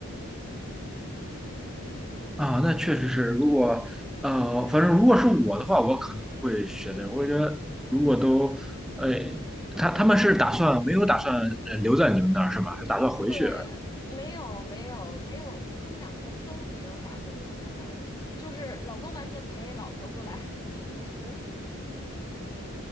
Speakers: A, on the left (about 20°); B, in the centre.
A: 嗯，
B: 啊？那确实是，如果呃，反正如果是我的话，我可能不会选择，我觉得如果都，呃，他他们是打算没有打算呃留在你们那儿是吧？是打算回去啊？
A: 对，没有没有没有，他们两个都没有打算留在那儿，就是老公完全陪老婆过来 <laughs> 读书，